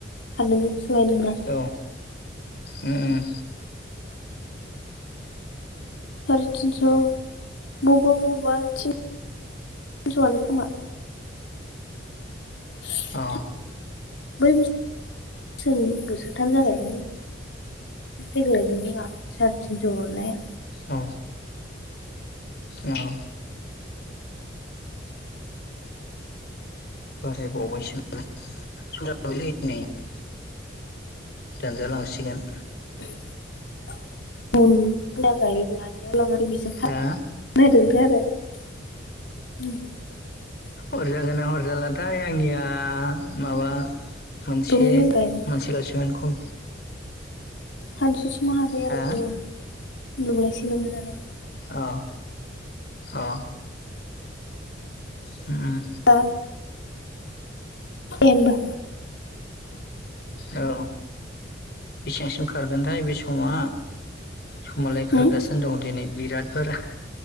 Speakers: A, on the left (about 85°); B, on the left (about 55°).
A: हादाननिखौसो लायदोंमोन लां।
B: औ उम उम।
A: साराय थिनस' बबा बबा थिन स'यानो खोमा। बै <unintelligible>
B: अ औ
A: बोसोरनि बोसोरथाम जाबायलै देग्लायजों जोंहा साराय थिनस' हरनाया।
B: अ उम बारायबावबायसो <unintelligible> नामा <unintelligible> दानजालांसिगोन।
A: <unintelligible> <unintelligible>
B: हा हरजागोनना हरजालाथाय आंनिया माबा मोनसे
A: दब्लायजों गायबाय जोंनिया
B: मोनसे लासमोनखम
A: सानसुसिम हाबाय
B: हा
A: आरो खुनुर खुम दब्लायसेल'मोन नालाय।
B: अ अ। होम
A: हा दे होमबा।
B: औ बेसेबांसिम खारगोनथाय बे समा समालाय
A: होम
B: खारगासिनो दं दिनै बिराद बारा